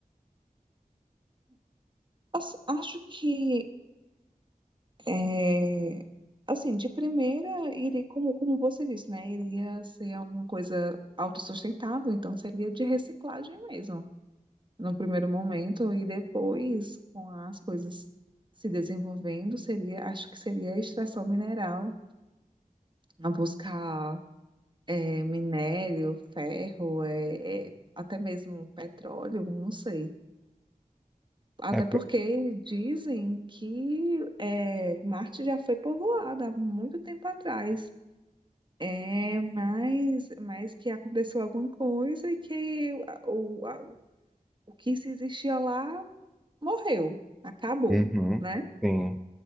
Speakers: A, on the right (about 35°); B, in the centre.
A: Assim, acho que É, assim, de primeira, iria, como, como você disse, né? Iria ser alguma coisa autossustentável, então seria de reciclagem mesmo, no primeiro momento, e depois, com as coisas se desenvolvendo, seria, acho que seria a extração mineral, a buscar é, minério, ferro, é, é, até mesmo petróleo, não sei. Até
B: É. pra-
A: porque dizem que é, Marte já foi povoada há muito tempo atrás. É, mas, mas que aconteceu alguma coisa e que o, a- o que se existia lá morreu, acabou,
B: Uhum,
A: né?
B: sim.